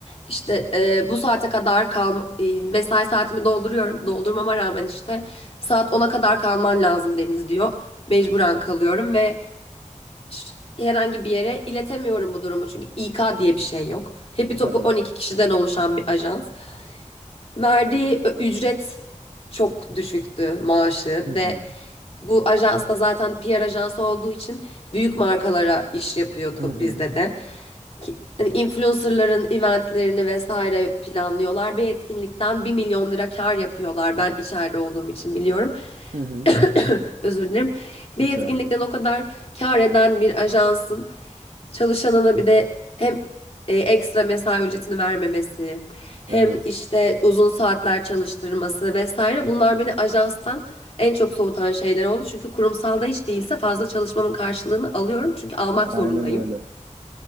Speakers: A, on the left (about 50°); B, on the right (about 80°).
A: İşte e, bu saate kadar kal e, mesai saatimi dolduruyorum. Doldurmama rağmen işte saat ona kadar kalman lazım Deniz diyor. Mecburen kalıyorum ve ş- herhangi bir yere iletemiyorum bu durumu çünkü İK diye bir şey yok. Hepi
B: <laughs>
A: topu
B: Tabii.
A: 12 kişiden oluşan bir ajans. Verdiği ö- ücret çok düşüktü maaşı
B: Hı
A: ve
B: hı.
A: bu ajans da zaten PR ajansı olduğu için büyük markalara iş yapıyordu
B: Hı hı.
A: bizde de. Ki- hani influencerların eventlerini vesaire planlıyorlar. Bir etkinlikten bir milyon lira kar yapıyorlar. Ben içeride olduğum için biliyorum.
B: Hı hı.
A: <coughs> Özür dilerim. Bir
B: Hiç
A: etkinlikten
B: önemli değil.
A: o kadar kar eden bir ajansın Çalışanına bir de hem e, ekstra mesai ücretini vermemesi, hem
B: Evet.
A: işte uzun saatler çalıştırması vesaire bunlar beni ajanstan en çok soğutan şeyler oldu. Çünkü kurumsalda hiç değilse fazla çalışmamın karşılığını alıyorum. Çünkü almak
B: Aynen
A: zorundayım.
B: öyle.